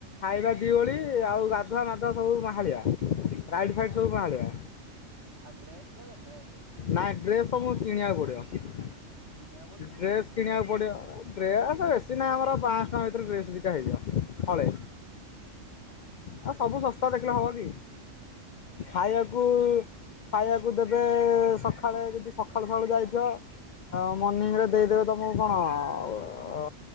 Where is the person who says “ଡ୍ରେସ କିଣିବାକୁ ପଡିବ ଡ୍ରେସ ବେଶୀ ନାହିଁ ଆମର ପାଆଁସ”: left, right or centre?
Left